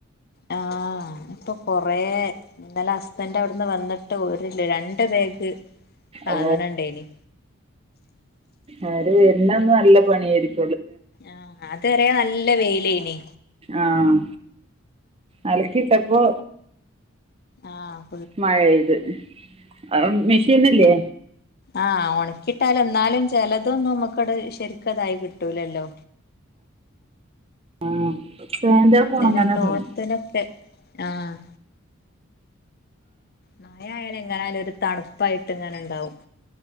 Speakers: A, on the left (about 50°); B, on the right (about 30°).
A: ആഹാ, ഇപ്പൊ കുറെ ഇന്നലെ ഹസ്ബൻറ് അവിടുന്ന് വന്നിട്ട് ഒരു രണ്ട് രണ്ടും ബാഗിക്ക് സാധനം
B: ഓ
A: ഇണ്ടേനി
B: അവരുവരുന്ന അന്ന് നല്ല പണിയായിരിക്കും
A: ആഹാ അതുവരെ നല്ല വെയിലായിനി
B: ആഹാ അലക്കീട്ടപ്പോ
A: ആഹ
B: മഴ ഇത് ആഹാ മെഷീനില്ലേ
A: ആ ഉണക്കീട്ടായാലും എന്നാലും ചിലതൊന്നും നമുക്കിവിടെ ശരിക്കായി കിട്ടൂല്ലല്ലോ
B: ഏ ട്രിവാൻഡ്രം പോണംന്ന്
A: ചെല ക്ലോത്തിനൊക്കെ
B: പറഞ്ഞ പോയ്
A: ആഹ് മഴയായാലും എങ്ങനൊയാലും ഒരു തണുപ്പായിട്ട് ഇങ്ങനെ ഇണ്ടാവും